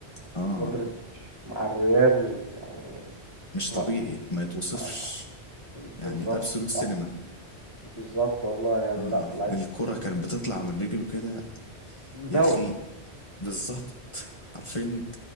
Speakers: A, on the left; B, on the right.
A: آه
B: مودريتش مع الريال يعني
A: مش
B: لا
A: طبيعي ما يتوصفش
B: آه بالظبط
A: يعني أبسولوت سينما
B: صح بالظبط والله يعني
A: آه
B: لا العيب
A: الكرة كانت بتطلع من رجله كده
B: دواء
A: يا أخي بالظبط عارفين